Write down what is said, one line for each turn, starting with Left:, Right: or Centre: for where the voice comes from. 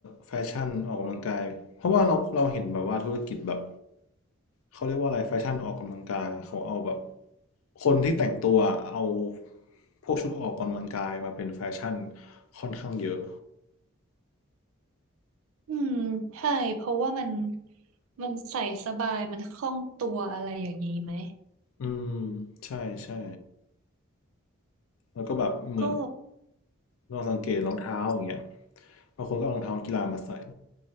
Left: แฟชั่นออกกำลังกายเพราะว่าเราเราเห็นแบบว่าธุรกิจแบบเขาเรียกว่าอะไรแฟชั่นออกกำลังกายเขาเอาแบบคนที่แต่งตัวเอาพวกชุดออกกำลังกายมาเป็นแฟชั่นค่อนข้างเยอะ
Right: ๆอืมใช่ เพราะว่ามันมันใส่สบาย มันคล่องตัวอะไรอย่างนี้ไหม
Left: อืมใช่ใช่แล้วก็แบบเหมือน
Right: ก็
Left: เราสังเกตรองเท้าอย่างเงี้ยบางคนก็เอารองเท้ากีฬามาใส่